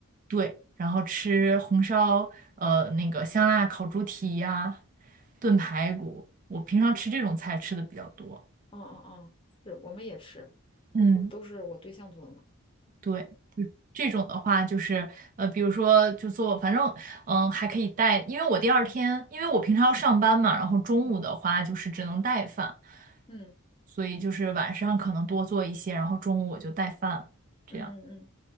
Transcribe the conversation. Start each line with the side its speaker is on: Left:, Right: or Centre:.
Right: 对，然后吃红烧，呃，那个香辣烤猪蹄呀、炖排骨，我平常吃这种菜吃的比较多。
Left: 哦，哦哦哦，是，我们也吃，
Right: 嗯。
Left: 那都都是我对象做的嘛。
Right: 对，就这种的话，就是呃，比如说就做，反正嗯、呃还可以带，因为我第二天，因为我平常要上班嘛，然后中午的话就是只能带饭，
Left: 嗯嗯
Right: 所以就是晚上可能多做一些，然后中午我就带饭，这样。
Left: 嗯嗯